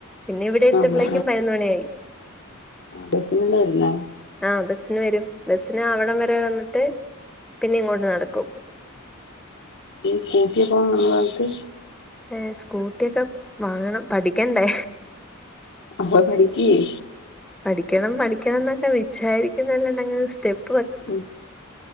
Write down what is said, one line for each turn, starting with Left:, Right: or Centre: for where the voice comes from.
Centre: പിന്നെ ഇവിടെ എത്ത്പളേക്കും
Left: ആണോ
Centre: പതിനന്ന് മണിയ ആയി
Left: ആ ബസ്സിനല്ലേ വരുന്നേ
Centre: ആ ബസ്സിന് വരും ബ- അവിടം വരെ വന്നിട്ട് പിന്നെ ഇങ്ങോട്ട് നടക്കും
Left: സ്കൂട്ടി പോ നന്ന പറട്ട്
Centre: ഏ സ്കൂട്ട- സ്കൂട്ടിയൊക്കെ വാങ്ങണം പഠിക്കണ്ടേ
Left: ആ പഠിക്കുവേ
Centre: പഠിക്ക- ഠിക്കണം പഠിക്കണം എന്നൊക്കെ വിചാരിക്കുന്നല്ല സ്റ്റെ് <unintelligible>
Left: ഉ